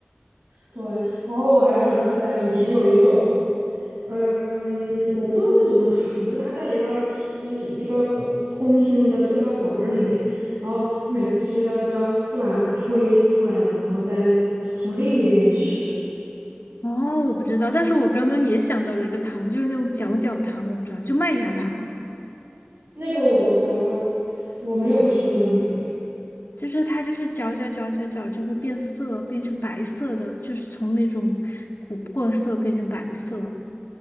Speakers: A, on the right (about 70°); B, on the left (about 65°).
A: 对，然后我还想起来以前有一种，嗯嗯，我不知道那什么糖，就它在一个吸就是一个空空心的塑料管儿里面，然后每次吃要就要就把它吹出来，然后再从另一边吃。
B: 哦，我不知道，但是我刚刚也想到了一个糖，就是那种搅搅糖，我不知道，就麦芽糖，
A: 那个我知道，我我没有吃过那个耶，
B: 就是它就是搅搅搅搅搅就会变色，变成白色的，就是从那种琥珀色变成白色。